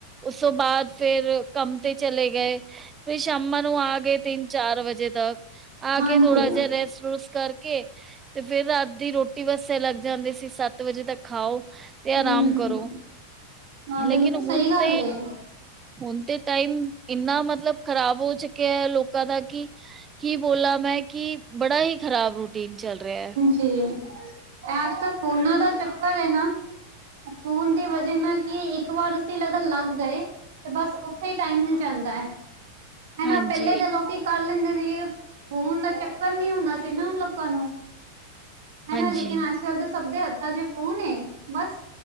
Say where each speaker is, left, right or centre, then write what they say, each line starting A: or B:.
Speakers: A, on the right; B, on the right.
A: ਉਸ ਤੋਂ ਬਾਅਦ ਫੇਰ ਕੰਮ ਤੇ ਚਲੇ ਗਏ। ਫੇਰ ਸ਼ਾਮਾਂ ਨੂੰ ਆ ਗੇ ਤਿੰਨ ਚਾਰ ਵਜੇ ਤੱਕ, ਆ
B: ਹਾਂਜੀ
A: ਕੇ ਥੋੜਾ ਜਿਹਾ ਰੈਸਟ ਰੂਸਟ ਕਰ ਕੇ ਤੇ ਫੇਰ ਰਾਤ ਦੀ ਰੋਟੀ ਵਾਸਤੇ ਲੱਗ ਜਾਂਦੇ ਸੀ, ਸੱਤ ਵਜੇ ਤੱਕ ਖਾਓ। ਤੇ ਆਰਾਮ
B: ਹਮ
A: ਕਰੋ।
B: ਹਾਂ,
A: ਲੇਕਿਨ
B: ਬਿਲਕੁਲ ਸਹੀ
A: ਹੁਣ
B: ਗੱਲ
A: ਤੇ
B: ਏ।
A: ਹੁਣ ਤੇ ਟਾਈਮ ਇੰਨਾ ਮਤਲਬ ਖ਼ਰਾਬ ਹੋ ਚੁੱਕਿਆ ਲੋਕਾਂ ਦਾ ਕਿ ਕੀ ਬੋਲਾ ਮੈਂ, ਕਿ ਬੜਾ ਹੀ ਖਰਾਬ ਰੂਟੀਨ ਚੱਲ ਰਿਹਾ ਹੈ।
B: ਤੇ ਇਹ ਅੱਜ ਕਲ ਫੋਨਾਂ ਦਾ ਚੱਕਰ ਹੈ ਨਾ ਖ਼ੋਨ ਦੀ ਵਜ੍ਹਾ ਨਾਲ, ਕੀ ਇੱਕ ਵਾਰ ਅਸੀਂ ਲਗਨ ਲੱਗ ਗਏ ਤੇ ਬਸ ਉੱਥੇ ਹੀ ਟਾਈਮ ਨਿਕਲ ਜਾਂਦਾ ਹੈ। ਹਨਾ
A: ਹਾਂਜੀ,
B: ਪਹਿਲੇ ਤਾਂ ਲੋਕੀ ਕਰ ਲੈਂਦੇ ਸੀਗੇ, ਫੋਨ ਦਾ ਚੱਕਰ ਨੀ ਹੁੰਦਾ ਸੀ ਨਾ ਤਾਨੂੰ ਹੈ
A: ਹਾਂਜੀ,
B: ਨਾ ਲੇਕਿਨ ਅੱਜ-ਕੱਲ ਤਾਂ ਸਭ ਦੇ ਹੱਥਾਂ ਚ ਫੋਨ ਬਸ